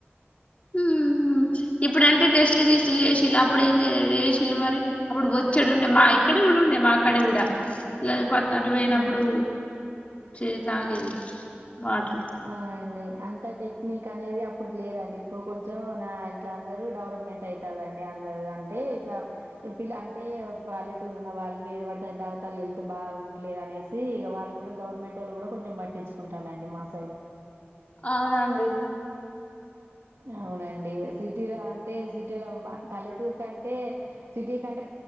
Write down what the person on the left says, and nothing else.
ఊహు ఇప్పుడంటే టెస్ట్లు గిస్ట్లు జేసిలు అప్పుడేం జేసిలు మరి అప్పుడు చెడుండే మా ఇక్కడ
కూడా ఉండే మా అక్కడ కూడా లే ప అటు పోయినప్పుడు
చే తాగేది వాటర్
అవునండి